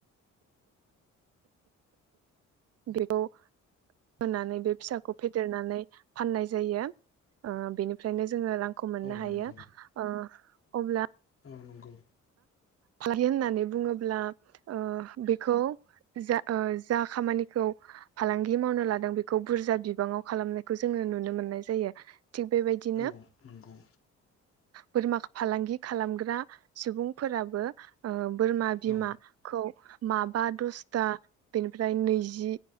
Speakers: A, on the right; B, on the left.
A: बेखौ होनानै बे फिसाखौ फेदेरनानै फाननाय जायो। ओ बेनिफ्रायनो जोङो रांखौ मोननो
B: औ
A: हायो।
B: नंगौ
A: ओ अब्ला
B: औ नंगौ
A: फालांगि होननानै बुङोब्ला ओ बेखौ जा ओ जा खामानिखौ फालांगि मावनो लादों बेखौ बुरजा बिबाङाव खालामनायखौ जोङो नुनो मोननाय जायो। थिग बेबायदिनो
B: औ नंगौ
A: बोरमा फालांगि खालामग्रा सुबुंफोराबो ओ बोरमा बिमाखौ
B: औ औ
A: माबा दसथा बेनिफ्राय नैजि